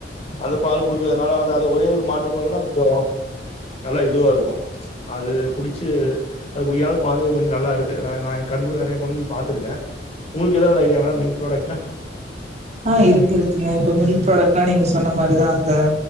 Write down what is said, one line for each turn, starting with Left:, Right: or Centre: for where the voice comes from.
Left: அந்த பால் குடுக்கறதுனால வந்து அது ஒரே ஒரு மாட்டு பால்னா கொஞ்சோ நல்லா இதுவா இருக்கு அது குடிச்சு அது குடிக்காத கொழந்தைகளுக்கு வந்து நல்லா இருக்கு ந நா கண் கூடா நெறையா கொழந்தைகள் பாத்துருக்கே உங்குளுக்கு ஏதாவது ஐடியா மா மில்க் பிராடக்ட்ல
Right: ஆ இருக்கு இருக்குங்க இப்ப மில்க் ப்ராடக்ட்லா நீங்க சொன்ன மாரி தா அந்த